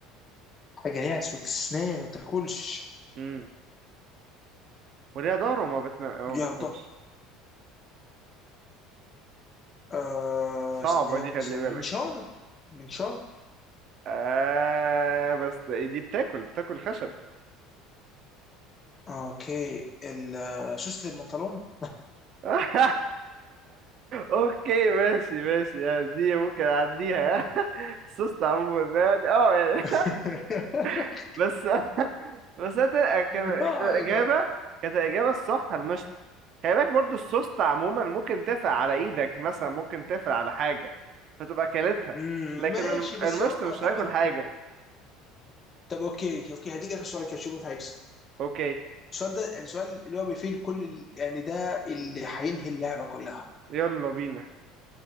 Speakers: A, on the left; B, on the right.
A: حاجه ليها سوكسنان ما تاكلش
B: امم وليها ظهر وما بتنا... وما
A: يا
B: بتنامش
A: ضهر آه،
B: صعبة
A: اسنان
B: دي خلي
A: مثلا
B: بالك
A: منشار منشار
B: آه بس ده- دي بتاكل بتاكل خشب
A: اوكي ال- سوست البنطلون
B: <laughs> اوكي ماشي ماشي يعني دي ممكن اعديها <laughs> سوست عموما يعني اه يعني
A: <laughs>
B: <laughs> بس بس أنت- كان
A: اه ماي
B: كان الاجابه
A: جاد
B: كانت الاجابه الصح المشط خلي بالك برضو السوست عموما ممكن تقفل على ايدك مثلا ممكن تقفل على حاجه فتبقى كلتها
A: أمم،
B: لكن
A: <laughs> ماشي
B: الم-
A: بس
B: المشط
A: برضه
B: مش
A: اعتقد
B: هياكل حاجه
A: طب اوكي اوكي هديك اخر سؤال كده شوف مين هيكسب
B: اوكي
A: السؤال ده يعني سؤال اللي هو بيفيل كل ال- يعني ده اللي هينهي اللعبه كلها
B: يلا بينا